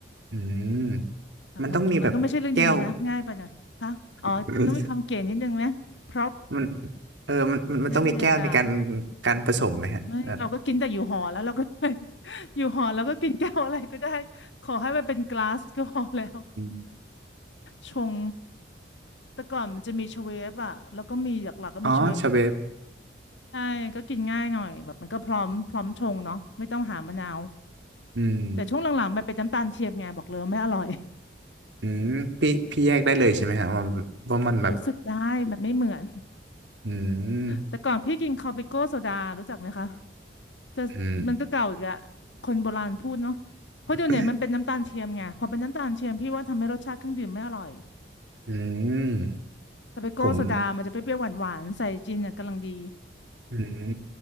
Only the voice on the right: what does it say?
อืม
มันต้องมีแบบแก้ว <laughs> มันเออมันมันมันต้องมีแก้วในการ
การผสมไหมฮะแบบ
อม
อ๋อชาเวฟ
อืม
อืมพี่พี่แยกได้เลยใช่ไหมฮะว่าว่ามันแบบ
อืม
อืม <coughs> อืม
ผมอืม